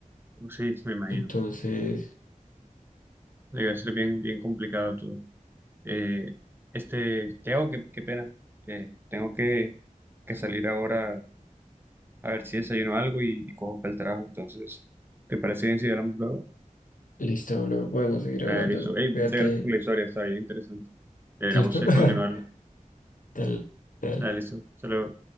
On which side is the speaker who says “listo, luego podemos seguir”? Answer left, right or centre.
Left